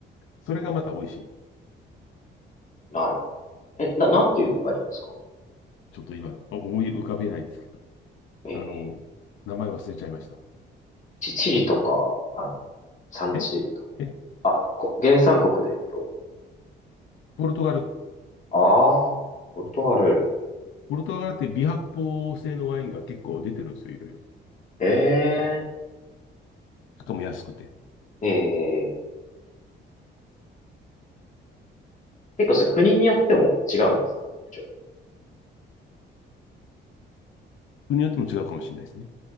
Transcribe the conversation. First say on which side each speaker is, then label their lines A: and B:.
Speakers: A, on the left; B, on the left.
A: それがまた美味しい。
B: なるほど。え、な、なんていういいんですか
A: ちょっと今思い浮かべないんですけど。
B: ええ、
A: あの、名前忘れちゃいました。
B: チ、チリとか、あの、産地で言うと、
A: ええ、
B: あ、こ、原産国で言うと、
A: ポルトガル。
B: ああ、ポルトガル。
A: ポルトガルって微発泡性のワインが結構出てるんですよ、いろいろ。
B: え
A: しかも安くて。
B: え、ええ、結構それ国によっても違うんですか特徴。
A: 国によっても違うかもしれないですね。